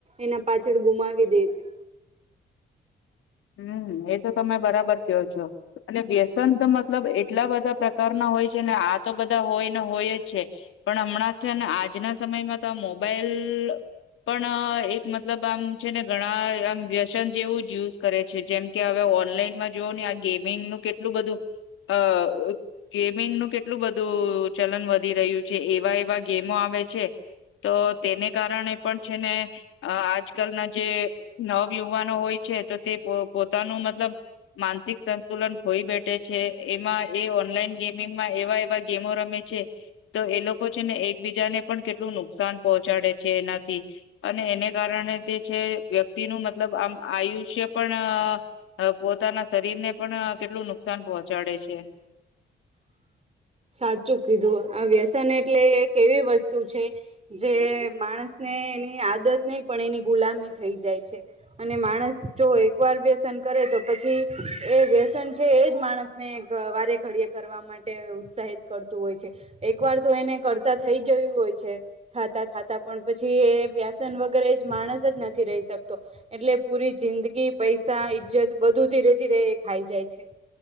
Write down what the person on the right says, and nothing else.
એના પાછળ ગુ ગુમાવી દે છે.
સાચું કીધું આ વ્યસન એટલે એક એવી વસ્તુ છે જે માણસને એની આદત નહી પણ એની ગુલામી થઈ જાય છે અને માણસ જો એકવાર વ્યસન કરે તો પછી એ વ્યસન છે એજ માણસ ને વારે ઘડીએ કરવા માટે હિત કરતું હોય છે એક વાર તો એને કરતા થઈ ગયું હોય છે થતા થતા પણ પછી. વ્યાસન વગેરે માણસ જ નથી રહી શકતો એટલે પૂરી જિંદગી પૈસા બધું ધીરે ધીરે ખાઈ જાય છે.